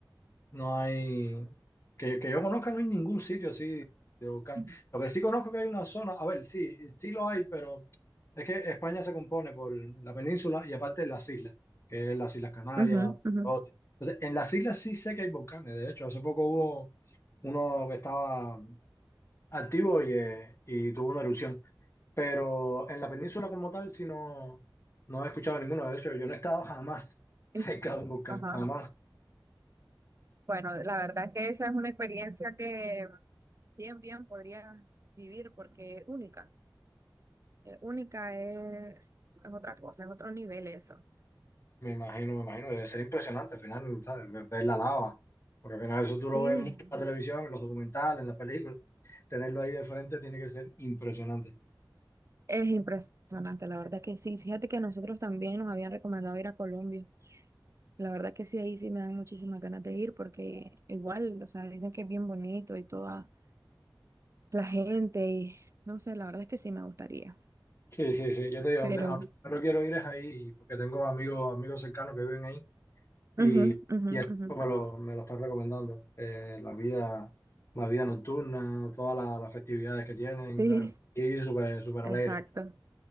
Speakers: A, on the left; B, on the right.
A: No hay, que, que yo conozca, no hay ningún sitio así de volcán.
B: Ujú.
A: Lo que sí conozco que hay una zona, a ver, sí, sí lo hay, pero es que España se compone por la península y aparte las islas, que es las Islas Canarias,
B: Ujú, ujú.
A: Lanzarote. Entonces, en las islas sí sé que hay volcanes. De hecho, hace poco hubo uno que estaba activo y, eh, y tuvo una erupción. Pero en la península como tal, sí no, no he escuchado ninguno. De hecho, yo no he estado jamás <laughs>
B: Entiendo.
A: cerca de un volcán,
B: Ajá.
A: jamás.
B: Bueno, la verdad que esa es una experiencia que bien, bien podría vivir porque es única. Eh, única es, es otra cosa, es otro nivel eso.
A: Me imagino, me imagino, debe ser impresionante al final, ¿sabes? Ver, ver la lava, porque al final eso tú lo
B: Sí,
A: ves mucho en la televisión, en los documentales, en las películas. Tenerlo ahí de frente tiene que ser impresionante.
B: es impresionante, la verdad que sí. Fíjate que nosotros también nos habían recomendado ir a Colombia. La verdad que sí, ahí sí me dan muchísimas ganas de ir porque igual, o sea, dicen que es bien bonito y toda la gente y no sé, la verdad es que sí me gustaría.
A: Sí, sí, sí, yo te digo,
B: Pero...
A: donde, a donde primero quiero ir es ahí, porque tengo amigos, amigos cercanos que viven ahí y,
B: Ujú, ujú,
A: y eso
B: ujú.
A: me lo, me lo están recomendando. Eh, la vida, la vida nocturna, todas la- las festividades que tienen,
B: Sí.
A: ¿sabes? Y súper, súper
B: Exacto.
A: alegre.